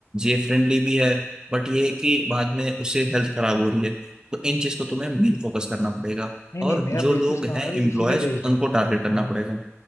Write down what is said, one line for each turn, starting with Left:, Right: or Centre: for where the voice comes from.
Right: ये फ्रेंडली भी है बट ये है कि बाद में उससे हेल्थ खराब हो रही है तो इन चीज को तुम्हें मेन फोकस करना पड़ेगा
Left: नहीं नहीं
Right: और
Left: मेरा
Right: जो
Left: बिजनेस
Right: लोग
Left: मॉडल
Right: हैं एम्प्लॉयज
Left: इसी पे बेस्ड
Right: उनको
Left: है
Right: टारगेट करना
Left: हाँ
Right: पड़ेगा